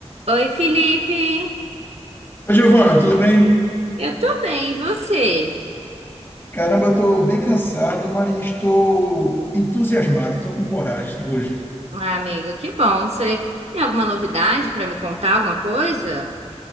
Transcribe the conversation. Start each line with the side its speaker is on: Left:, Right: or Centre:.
Right: Oi, Felipe.
Left: Oi, Giovana, tudo bem?
Right: Eu tô bem, e você?
Left: Caramba, eu tô bem cansado, mas estou entusiasmado, estou com coragem <laughs> hoje.
Right: Ah, amigo, que bom. Você tem alguma novidade pra me contar, alguma coisa?